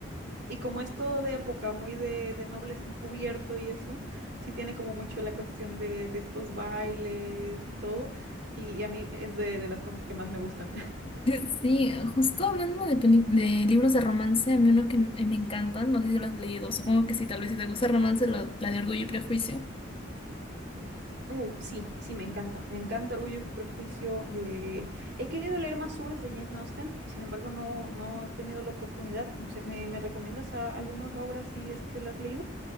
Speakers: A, on the right; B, on the left.
A: Y como es todo de época, muy de, de nobles encubierto y eso, sí tiene como mucho la cuestión de, de estos bailes y todo. Y, y a mí es de, de las cosas que más me gustan.
B: <laughs> Sí, justo hablando de, peli- de libros de romance, a mí uno que m- me encantan, no sé si lo has leído, supongo que sí, tal vez si te gusta el romance, lo- la de Orgullo y Prejuicio.
A: Uh, sí, sí, me encanta. Me encanta Orgullo y Prejuicio. eh, he querido leer más obras de Jane Austen, sin embargo, no, no he tenido la oportunidad. No sé, ¿me, me recomiendas a- alguna otra obra si es que la has leído?